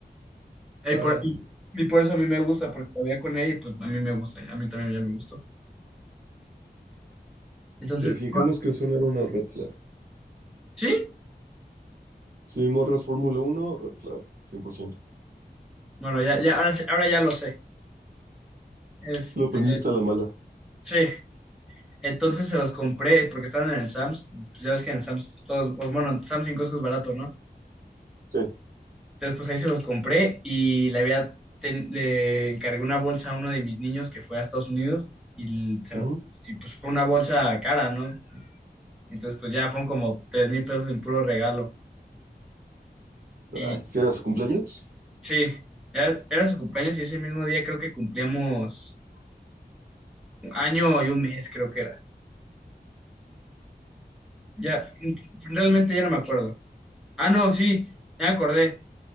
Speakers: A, in the centre; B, on the right.
A: Y
B: Ah.
A: por, y- y por eso a mí me gusta, porque la veía con ella y pues a mí me gusta, a mí también ya me gustó. Entonces,
B: Si fijemos
A: ah,
B: que eso no era una red flag.
A: ¿sí?
B: Si morras Fórmula Uno, red flag, 100%.
A: Bueno, ya, ya, ahora, sí- ahora ya lo sé. Este,
B: Lo aprendiste a la mala.
A: sí, entonces se los compré porque estaban en el Sam's. Pues ya ves que en el Sam's, todos, pues bueno, Sam's 5 es barato, ¿no?
B: Sí.
A: Entonces, pues ahí se los compré y le había, ten- le encargué una bolsa a uno de mis niños que fue a Estados Unidos y, se
B: Ujú.
A: la- y pues fue una bolsa cara, ¿no? Entonces, pues ya fueron como tres mil pesos en puro regalo. Y
B: Ay, ¿qué era su cumpleaños?
A: sí, era, era su cumpleaños y ese mismo día creo que cumplíamos un año y un mes, creo que era. Ya, mm, realmente ya no me acuerdo. Ah, no, sí, ya me acordé.